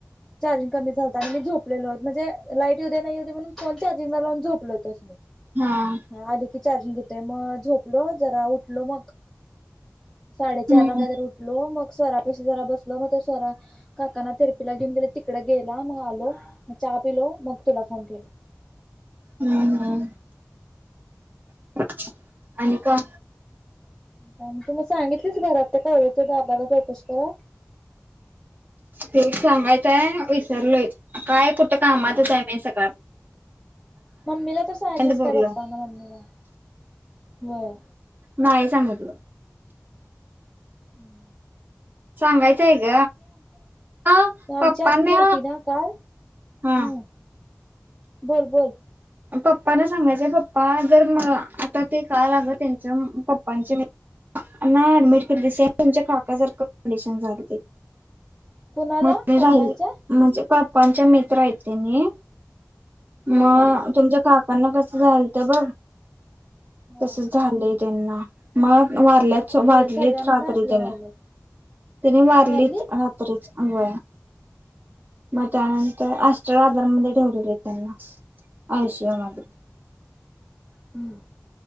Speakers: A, in the centre; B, on the right.
A: चार्जंग कमी झातात आणि मी झोपलेलोत म्हणजे लाईट उद्या नाही हो्या म्हणून फोन चार्जिंगला लावून झोपल होतस मी.
B: हं.
A: आली की चार्जिंग घेतय मग झोपलो जरा उठलो मग. साडेचार
B: हम्म
A: ला काहीतरी उठलो मग स्वरापाशी जरा बसल मग ते स्वरा काकानाथिरपीला घेऊन गेले तिकडे गेला मग आलो चहा पिलो मग तुला फोन केल.
B: हम्-हम. <unintelligible> का
A: तू मग सांगितलीस घरात त्या कॉलेजच्या दाबाला चौकशी करा.
B: ते सांगायचंय विसरलोय काय कुठं कामातच
A: हा.
B: आहे मी सकाळ.
A: मम्मीला तर सांगितस
B: बोललो
A: काय पप्पा ना मम्मीला व्हय.
B: नाही सांगितलं.
A: हम्म.
B: सांगायचं आहे ग ह
A: आमची
B: पप्पनी.
A: आत्ती आलती ना काल
B: हा.
A: हम्म बोल बोल.
B: पप्पाना सांगायचय पप्पा जर म आता ते का लाग त्यांच्या पप्पांचे मित्र ना ऍडमिट केली सेम तुमच्या काकासारखं कंडिशन झाली ते.
A: कुणाला
B: म राहिले
A: पप्पांच्या
B: म्हणजे पा्पांचे मित्र आहेतते तेनी.
A: हा
B: मग
A: हा हा
B: तुमच्या काकांना कसं झाल तर बघ.
A: हा
B: तसच झालंय त्यांना मग वारल्या
A: अगं
B: मारलीत
A: बाई सगळ्यांना
B: रात्री
A: काय असलं
B: त्याने
A: व्हायलय
B: त्याने मारलीत
A: वारलीत
B: रात्रीच अंग. मग त्यानंतर अष्ट्र आदार म ठेवलेले त्यांना. आयसीयू
A: हा
B: मध्ये.
A: हा हम्म